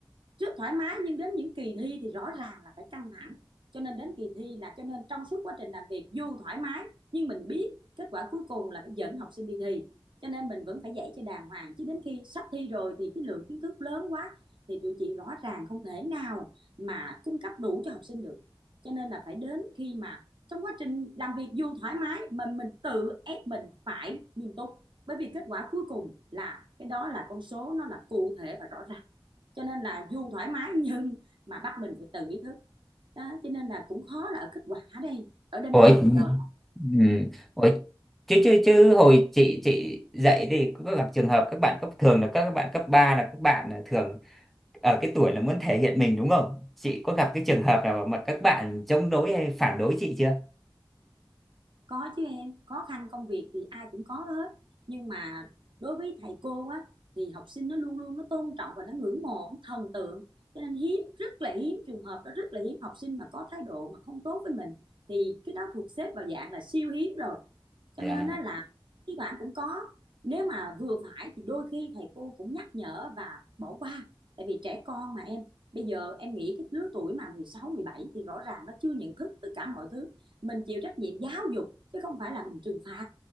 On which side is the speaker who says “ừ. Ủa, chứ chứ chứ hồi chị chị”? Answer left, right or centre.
Centre